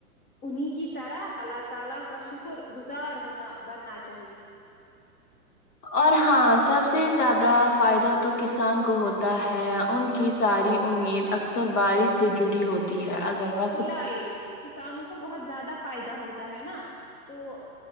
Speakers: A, on the left (about 30°); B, on the left (about 80°).
A: انہیں کی طرح اللہ تعالی کا شکر گزار ہونا بننا چاہیے
B: اور ہاں سب سے زیادہ فائدہ تو کسان کو ہوتا ہے ان کی ساری امید اکثر بارش سے جڑی ہوتی ہے اگر وقت
A: آی کسانوں کو بہت زیادہ فائدہ ہوتا ہے نا تو